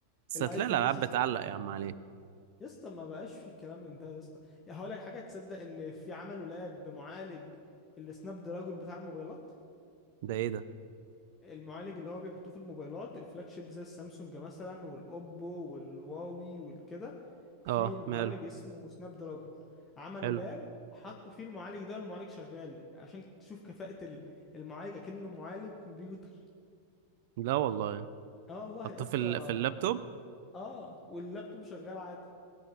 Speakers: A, on the right; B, on the left.
A: بس
B: الايفون
A: هتلاقي الالعاب
B: لسه
A: بتعلق
B: ست...
A: يا عم عليه
B: يا اسطى ما بقاش في كلام من ده يا اسطى يا هقول لك حاجه تصدق ان في عملوا لاب بمعالج السناب دراجون بتاع الموبايلات
A: ده ايه ده
B: المعالج اللي هو بيحطوه في الموبايلات الفلاج شيب زي السامسونج مثلا والاوبو والهواوي والكده في
A: اه
B: المعالج
A: ماله
B: اسمه سناب دراجون عملوا
A: حلو
B: لاب حطوا فيه المعالج ده والمعالج شغال عشان تشوف كفاءة ال- المعالج اكنه معالج كمبيوتر
A: لا والله
B: اه والله
A: حطوه
B: يا اسطى
A: في ال... في اللابتوب
B: اه واللابتوب شغال عادي